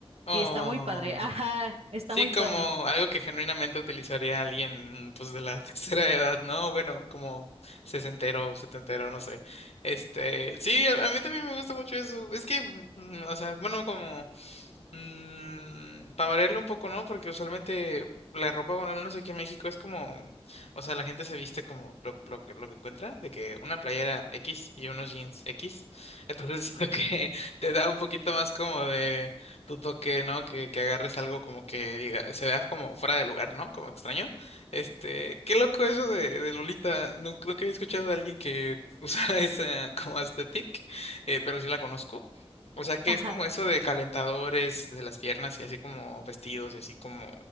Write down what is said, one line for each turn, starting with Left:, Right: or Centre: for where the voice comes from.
Right: y
Left: Oh.
Right: está muy padre. Ajá, está
Left: Sí,
Right: muy
Left: como
Right: padre.
Left: algo que genuinamente utilizaría alguien, pues, de la <laughs> tercera edad, ¿no? Bueno, como sesentero, setentero, no sé. Este, sí, a, a mí también me gusta mucho eso. Es que, mm, o sea, bueno, como Mm, para variarle un poco, ¿no? Porque usualmente la ropa, bueno, al menos aquí en México es como, o sea, la gente se viste como lo, lo que, lo que encuentra, de que una playera X y unos jeans X. <laughs> Entonces siento que <laughs> te da un poquito más como de tu toque, ¿no? Que, que agarres algo como que diga, se vea como fuera de lugar, ¿no? Como extraño. Este, qué loco eso de, de Lolita. Nunca, nunca había escuchado de alguien que <laughs> usara esa como aesthetic, eh, pero sí la conozco. O sea que
Right: Ajá.
Left: es como eso de calentadores de las piernas y así como vestidos y así como,